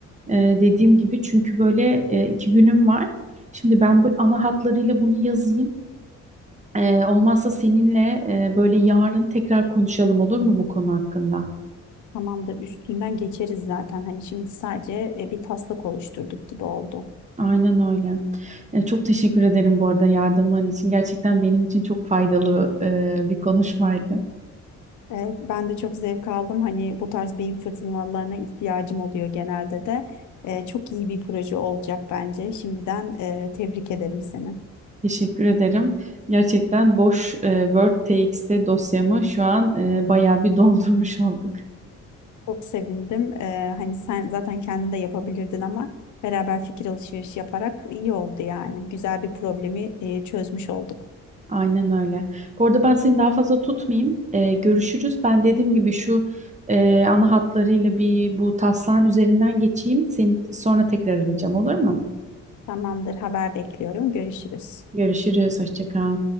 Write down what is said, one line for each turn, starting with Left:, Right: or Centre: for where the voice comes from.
Right: E, dediğim gibi çünkü böyle e, iki günüm var. Şimdi ben bu ana hatlarıyla bunu yazayım. E, olmazsa seninle e, böyle yarın tekrar konuşalım olur mu bu konu hakkında?
Left: Tamamdır. Üstünden geçeriz zaten. Hani şimdi sadece e, bir taslak oluşturduk gibi oldu.
Right: Aynen öyle. E, çok teşekkür ederim bu arada yardımların için. Gerçekten benim için çok faydalı e, bir konuşmaydı.
Left: Ee, ben de çok zevk aldım. Hani bu tarz beyin fırtınalarına ihtiyacım oluyor genelde de. Ee, çok iyi bir proje olacak bence. Şimdiden e, tebrik ederim seni.
Right: Teşekkür ederim. Gerçekten boş e, WordTXT dosyamı şu an e, bayağı bir <laughs> doldurmuş olduk.
Left: Çok sevindim. Ee, hani sen zaten kendin de yapabilirdin ama beraber fikir alışverişi yaparak iyi oldu yani. Güzel bir problemi e, çözmüş olduk.
Right: Aynen öyle. Bu arada ben seni daha fazla tutmayayım. E, görüşürüz. Ben dediğim gibi şu e, ana hatlarıyla bir bu taslağın üzerinden geçeyim. Seni sonra tekrar arayacağım olur mu?
Left: Tamamdır, haber bekliyorum. Görüşürüz.
Right: Görüşürüz. Hoşça kal.